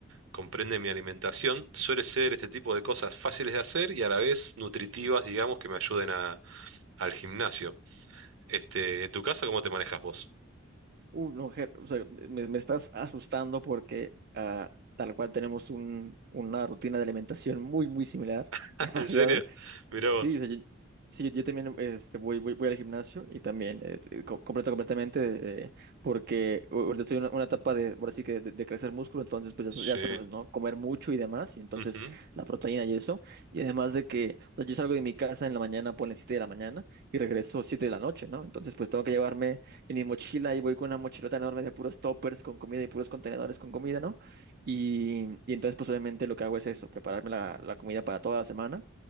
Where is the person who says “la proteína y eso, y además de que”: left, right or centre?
Right